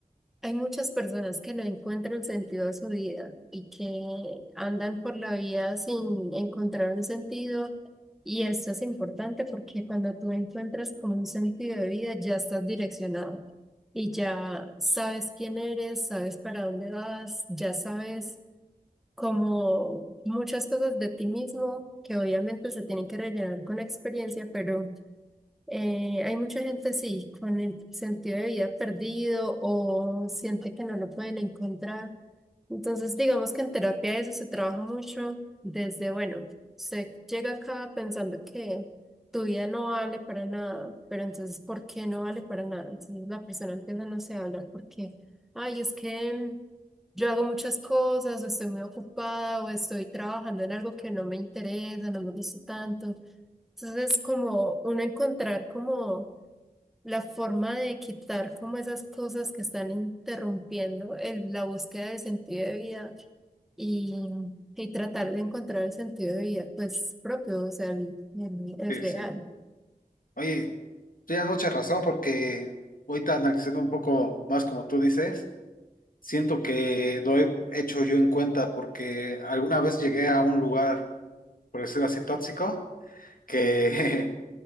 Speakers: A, in the centre; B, on the left.
A: Hay muchas personas que no encuentran sentido a su vida y que andan por la vida sin encontrar un sentido. Y esto es importante porque cuando tú encuentras como un sentido de vida, ya estás direccionado y ya sabes quién eres, sabes para dónde vas, ya sabes como muchas cosas de ti mismo que obviamente se tienen que rellenar con la experiencia, pero... Eh, hay mucha gente, sí, con el sentido de vida perdido o siente que no lo pueden encontrar. Entonces, digamos que en terapia eso se trabaja mucho desde, bueno, usted llega acá pensando que tu vida no vale para nada, pero entonces, ¿por qué no vale para nada? Entonces la persona empieza, no sé, a hablar porque, ay, es que mm, yo hago muchas cosas, o estoy muy ocupada, o estoy trabajando en algo que no me interesa, no me gusta tanto. Entonces es como uno encontrar como la forma de quitar como esas cosas que están interrumpiendo el- la búsqueda de sentido de vida y, y tratar de encontrar el sentido de vida pues propio, o sea, el, el- el
B: Sí,
A: real.
B: sí. Oye, tienes mucha razón porque ahorita analizando un poco más como tú dices, siento que lo he hecho yo en cuenta porque alguna vez llegué a un lugar, por decirlo así, tóxico, que <laughs>